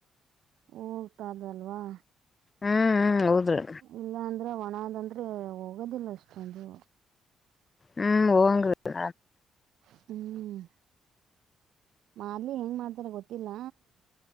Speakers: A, on the right (about 80°); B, on the left (about 30°).
A: ಹೋಗ್ತಾದಲ್ವಾ
B: ಹ್ಮ್ ಹ್ಮ್ ಹೌದ್ರಿ
A: ಇಲ್ಲಾ ಅಂದ್ರೆ ಒಣದಂದ್ರೆ ಆದ್ರೆ ಹೋಗೋದಿಲ್ಲ ಅಷ್ಟೊಂದು
B: ಹ್ಮ್ ಹಓಂಗುದು
A: ಹ್ಮ್ ಮಾರ್ಲಿ ಹೆಂಗ್ ಮಾಡ್ತಾರ ಗೊತ್ತಿಲ್ಲ